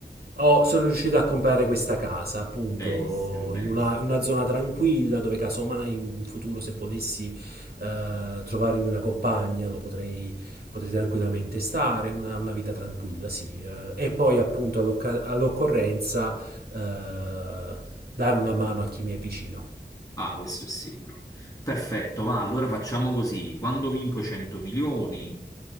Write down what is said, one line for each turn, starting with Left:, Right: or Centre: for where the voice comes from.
Right: Oh, sono riuscito a comprare questa casa, appunto,
Left: Benissimo, benissimo.
Right: in una, in una zona tranquilla dove casomai in in futuro, se volessi eh, trovarmi una compagna, lo potrei, potrei tranquillamente stare, una, una vita tranquilla, sì. eh, e poi, appunto, all'occa- all'occorrenza eh, dare una mano a chi mi è vicino.
Left: Ah, questo è sicuro. Perfetto, va, allora facciamo così. Quando vinco 100 milioni,